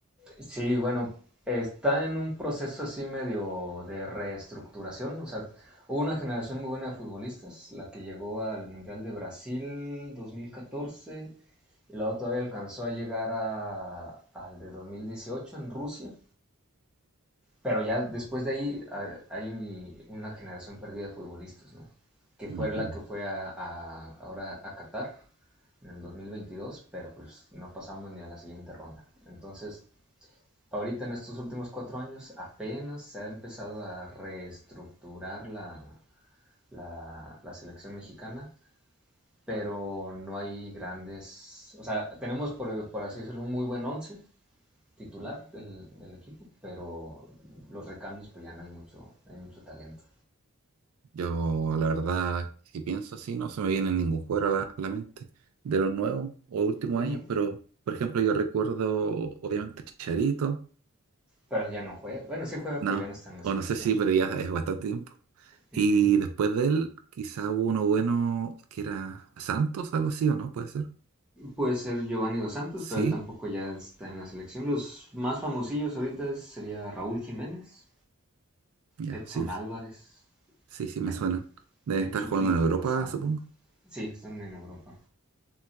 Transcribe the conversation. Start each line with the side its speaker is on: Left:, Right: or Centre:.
Centre: Sí, bueno, está en un proceso así medio de reestructuración. O sea, hubo una generación muy buena de futbolistas, la que llegó al Mundial de Brasil 2014 y luego todavía alcanzó a llegar a- al de 2018 en Rusia. Pero ya después de ahí ha- hay un- una generación perdida de futbolistas, ¿no? Que fue
Right: Ujú.
Centre: la que fue a, a- ahora a Qatar en el 2022, pero pues no pasamos ni a la siguiente ronda. Entonces, ahorita en estos últimos cuatro años apenas se ha empezado a reestructurar la, la, la selección mexicana, pero no hay grandes, o sea, tenemos por, por así decirlo un muy buen once titular del, del equipo, pero los recambios pues ya no hay mucho, hay mucho talento.
Right: Yo, la verdad, si pienso así, no se me viene ningún jugador a la, a la mente de los nuevos o últimos
Centre: Mm,
Right: años, pero, por ejemplo, yo recuerdo, obviamente, Charito,
Centre: Pero ya no juega, bueno sí juega,
Right: no,
Centre: pero ya no está en la
Right: o
Centre: selección.
Right: no sé si, pero ya es bastante tiempo. Y
Centre: Uh-huh.
Right: después de él, quizá hubo uno bueno que era Santos, algo así, ¿o no? Puede ser.
Centre: Puede ser Giovanni Dos Santos,
Right: Sí,
Centre: pero él tampoco ya está en la selección. Los más famosillos ahorita sería Raúl Jiménez,
Right: ya,
Centre: Edson
Right: sí, sí,
Centre: Álvarez,
Right: sí, sí, me
Centre: el,
Right: suena. Deben
Centre: el
Right: estar
Centre: Chucky
Right: jugando en Europa,
Centre: Lozano.
Right: supongo.
Centre: Sí, están en Europa.